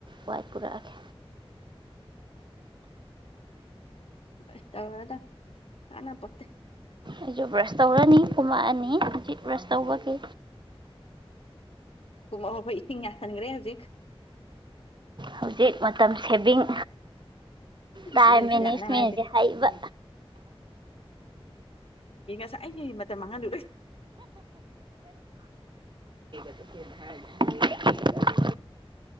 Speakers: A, on the right; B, on the left.
A: ꯋꯥꯏꯠ ꯄꯨꯔꯛꯑꯒꯦ
B: ꯁ ꯇꯗ ꯀꯅ ꯄꯠꯇꯦ
A: ꯑꯩꯁꯨ ꯕ꯭ꯔꯁ ꯇꯧꯔꯅꯤ ꯄꯨꯝꯃꯛꯑꯅꯤ ꯍꯧꯖꯤꯛ ꯔꯁꯥ ꯎꯕ ꯀ
B: ꯀ ꯑꯐꯕ ꯏꯁꯤꯡ ꯌꯥꯁꯟꯈ꯭ꯔꯦ ꯍꯧꯖꯤꯛ
A: ꯍꯧꯖꯤꯛ ꯃꯇꯝ ꯁꯦꯚꯤꯡ ꯇꯥꯏ
B: ꯑꯗꯨꯅꯤ
A: ꯃꯤꯅꯤꯁ
B: ꯁꯤ ꯂꯥꯛꯅ
A: ꯃꯤꯅꯤꯁꯦ
B: ꯍꯥꯏꯔꯤꯁꯦ
A: ꯍꯥꯏꯩꯕ
B: ꯑꯩꯥꯏ ꯃ ꯃꯉꯥꯟꯗꯨꯔ
A: <inaudible>